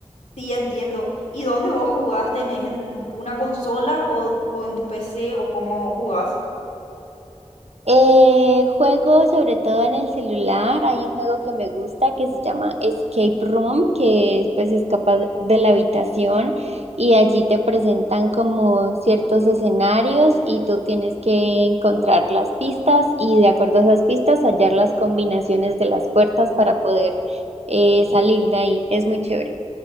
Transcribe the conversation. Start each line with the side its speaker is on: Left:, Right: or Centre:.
Left: Sí, entiendo. ¿Y dónde vos jugás? ¿Tenés en una consola o, o en tu PC o cómo jugás?
Right: Eh, juego sobre todo en el celular. Hay un juego que me gusta que se llama Escape Room, que pues escapas de la habitación y allí te presentan como ciertos escenarios y tú tienes que encontrar las pistas y de acuerdo a esas pistas hallar las combinaciones de las puertas para poder eh, salir de ahí. Es muy chévere.